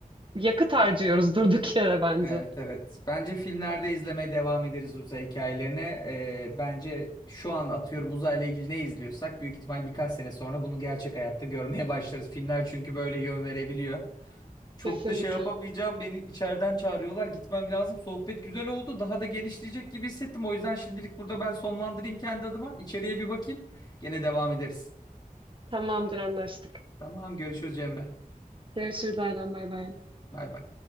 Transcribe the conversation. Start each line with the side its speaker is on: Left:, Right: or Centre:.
Right: yakıt harcıyoruz durduk yere bence.
Left: Evet evet. Bence filmlerde izlemeye devam ederiz uzay hikayelerine Ee, bence şu an atıyorum uzayla ilgili ne izliyorsak büyük ihtimal birkaç sene sonra bunu gerçek hayatta görmeye <laughs> başlarız. Filmler çünkü böyle yön verebiliyor. Çok
Right: Kesinlikle.
Left: da şey yapamayacağım. Beni içeriden çağırıyorlar. Gitmem lazım. Sohbet güzel oldu. Daha da genişleyecek gibi hissettim. O yüzden şimdilik burada ben sonlandırayım kendi adıma. İçeriye bir bakayım. Gene devam ederiz.
Right: Tamamdır anlaştık.
Left: Tamam görüşürüz Cemre.
Right: Görüşürüz Aylan bay bay.
Left: Bay bay.